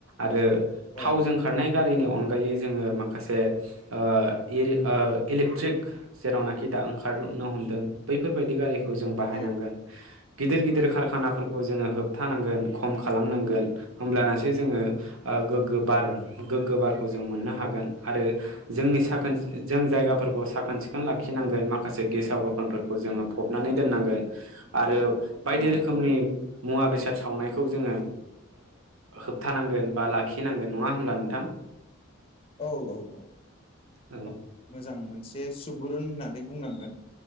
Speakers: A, on the right (about 75°); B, on the left (about 25°).
A: आरो
B: औ
A: थावजों खारनाय गारिनि अनगायै अनगायै जोङो माखासे ओ इरि ओ इलेकट्रिक जेरावनाखि दा ओंखारनो हमदों बैफोरबायदि गारिखौ जों बाहायनांगोन
B: औ
A: गिदिर गिदिर खारखानाफोरखौ जोङो होब थानांगोन खम खालामनांगोन होमब्लानासो जोङो ओ गोग्गो बार गोग्गो बारखौ जों मोननो हागोन आरो जोंनि साखोन सि जों जायगा फोरखौ साखोन सिखोन लाखिनांगोन माखासे गेसाव गोफोनफोरखौ जोङो फबनानै दोननांगोन आरो बायदि
B: औ
A: रोखोमनि
B: औ
A: मुवा बेसाद सावनायखौ जोङो होबथानांगोन बा लाखिनांगोन नङा होमब्ला नोंथां?
B: औ औ औ
A: औ
B: खोब मोजां मोन एसे सुबुरुन होननानै बुंनांगोन